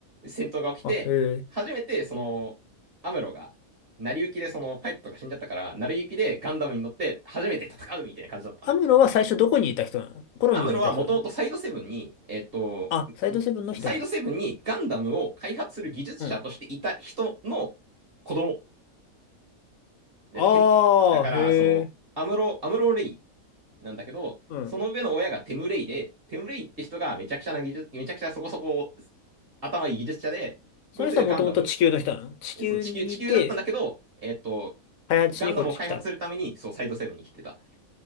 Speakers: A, on the right (about 40°); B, on the left (about 70°).
A: 戦闘が起きて、
B: あ、へえ。
A: 初めて、その、アムロが、成り行きでそのパイプとか死んじゃったから、成り行きでガンダムに乗って初めて戦うみたいな感じだったのよ。
B: アムロは最初どこにいた人なのコロニーにいた人なの
A: アムロはもともとサイドセブンに、えっと、
B: あ、サイドセブンの人なの
A: サイドセブンにガンダムを開発する技術者としていた人の
B: うん。
A: 子供。でテムだから、
B: ああ、へえ。
A: その、アムロ、アムロレイなんだけど、
B: うん。
A: その上の親がテムレイで、テムレイって人がめちゃくちゃな技術、めちゃくちゃそこそこ頭いい技術者で、こいつがガンダム、
B: その人はもともと地球の人なの地球にいて、
A: そう地球、地球だったんだけど、えっと、
B: 開発しにこっち来たの。
A: ガンダムを開発するために、そう、サイドセブンに来てた。